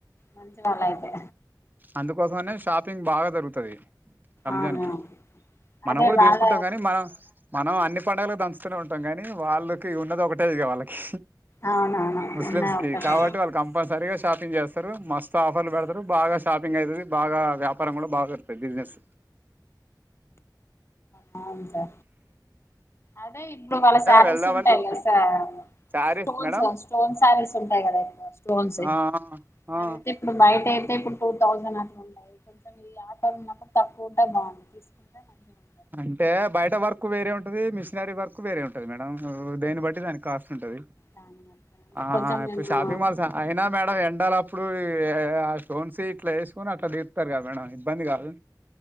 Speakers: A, on the left; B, on the right.
A: మంచి వాళ్ళు అయితే
B: అందుకోసం అనే షాపింగ్ బాగా జరుగుతది రంజాన్
A: అవును
B: కి మనం
A: అదే
B: కూడా
A: వాళ్ళ
B: తీసుకుంటాం కానీ మనం మనం అన్ని పండుగలు దంచుతూనే ఉంటాం గానీ వాళ్ళకి ఉన్నది ఒకటేదిగా వాళ్ళకి
A: అవునవును
B: ముస్లిమ్స్
A: ఉన్నాయి
B: కి
A: ఒక్కటే
B: కాబట్టి వాళ్ళు కంపల్సరీగా షాపింగ్ చేస్తారు మస్తు ఆఫర్లు పెడతారు బాగా బర్ షాపింగ్ అయితది బాగా వ్యాపారం కూడా బాగా అత్తది బిజినెస్
A: నా అవున్ డా అదే ఇప్పుడు వాళ్ళ శారీస్
B: వెళ్దామని
A: ఉంటాయి
B: చూస్తా
A: కదా sir
B: sari
A: stones
B: madam
A: stones saris ఉంటాయి కదా ఎక్కువ స్టోన్స్
B: ఆ ఆ
A: అవి అయితే ఇప్పుడు బయట ఏరు టే ఇప్పుడు టూ థౌజండ్ అట్లా ఉన్నాయి కొంచెం ఈ ఆటో లో ఉన్నప్పుడు తక్కువ ఉంటే బాగుండు తీసుకుంటే మంచి గున్
B: అంటే బయట వర్క్ వేరే ఉంటది మిషినరీ వర్క్ వేరే ఉంటది మేడం ఓ దేన్ని బట్టి దానికి కాస్ట్ ఉంటది
A: దాని బట్టి అంటే
B: ఆ
A: కొంచెం
B: ఇప్పుడు
A: మేము
B: షాపింగ్ మాల్స్ అయినా మేడం ఎన్ డాలు అప్పుడు ఏ ఆ స్టోన్స్ ఇట్లా వేసుకొని అట్లా తీతారు కదా మేడం ఇబ్బంది కాదు